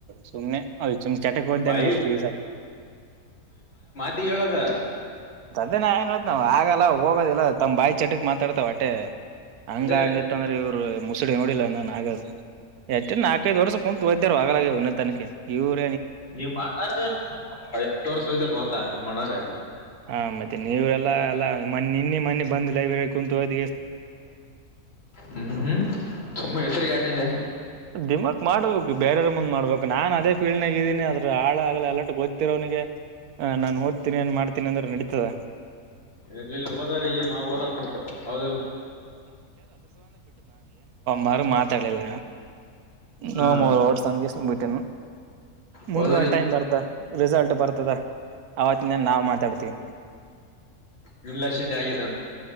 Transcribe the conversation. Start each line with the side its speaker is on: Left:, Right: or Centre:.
Right: ಸುಮ್ಮ್ನೆ ಅದು ಸುಮ್ಮನೆ ಚಟಕ್ಕೆ ಓದ್ದಂಗಗೆ
Left: ಬಾಯಿ
Right: ಜಸ್ ಈ ಸಾರಿ
Left: ಟೀ ಹೇಳದ
Right: ದೇ ನೋತ್ ನಾವ್ ಆಗಲ್ಲ ಹೋಗೋದಿಲ್ಲ ತಮ್ಮ ಬಾಯಿ ಚಟ ಮಾತಾಡ್ತಾವ ಅಟ್ಟೆ ಹಂಗ
Left: ಅದೇ
Right: ಹಂಗ ಇತ್ತ ಅಂದ್ರೆ ಇವ್ರು ಮುಸಡಿ ನೋಡಿಲ್ಲ ನಾನನ್ ಆಗದು ಹೆಚ್ಚ ನಾಕೈದ್ ವರ್ಷ ಕುಂತು ಹಯ್ತ ಆಗಲ ಉನ್ನತನಕ್ಕೆ ಇವರು
Left: ನೀ ಮಾಡಣ್ಣಾರ ಎತ್ತು ವರ್ಷ ಹೋಯ್ದಾರ ಗೊತ್ತಾ ನೀವ್ ಅಣ್ಣಾರ
Right: ಹ ಮತ್ತೆ ನೀವರೆಲ್ಲಾ ಎಲ್ಲ ಮ ನಿನ್ನ ಮನೆ ಬಂದು ಲೈಬ್ರೆರಿ ಕುೂಂತು ಹೋದ
Left: ಹ್ಮ್ ಸುಮ್ಮ ಹೆಸರಿಗ ಆಟದೆ
Right: ದಿಮಾಕ್ ಮಾಡ್ಬೇಕು ಬೇರ್ರ ಮುಂದ್ ಮಾಡ್ಬೇಕು ನಾನ್ ಅದೇ ಫೀಲ್ಡ್ ನಾಗಿದ್ದೀನಿ ಅದ್ರ ಆಳ ಅಗಲ ಎಲ್ಲ ಗೊತ್ತತಿರೋ ಅವನಿಗೆ ನಾನನ್ ಓದತನಿಏನ್ ಮಾಡ್ತೀನಿ ಅಂದ್ರೆ ನಡತದ
Left: ಇರ್ ಇಲ್ಲ ಹೋದಾರ ಈ ಮಾ ಓದ ಅನ್ಬೇಕು ಅವೌದೆಲ್ಲ
Right: ಮಾರು ಮಾತಾಡಿಲ್ಲ ನವು
Left: ಹಾ
Right: ಮೂರು ಸಂದಸ ಬಿಟ್ಟ
Left: ಹೋದವ್ರಿಗೆ
Right: ಮುಂದ ಒಂದ ಟೈಮ್ ಬರ್ತ ರಿಸಲ್ಟ್ ಬರ್ತದ ಆವತ್ತಿಂದ ನಾವವು ಮಾತಾಡ್ತಿವಿ
Left: ನಿಲ್ಲಿಸಿದ್ದ ಹಾಗ